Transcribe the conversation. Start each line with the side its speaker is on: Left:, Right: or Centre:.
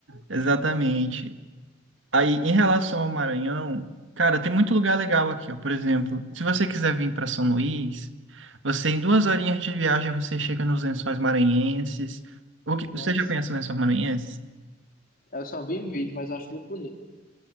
Right: exatamente. Aí, em relação ao Maranhão, cara, tem muito lugar legal aqui, ó. Por exemplo, se você quiser vir para São Luís, você em duas horinhas de viagem você chega nos Lençóis Maranhenses. O que,
Left: Nossa,
Right: você já conhece os Lençóis Maranhenses?
Left: eu só vi em vídeo, mas eu acho muito bonito.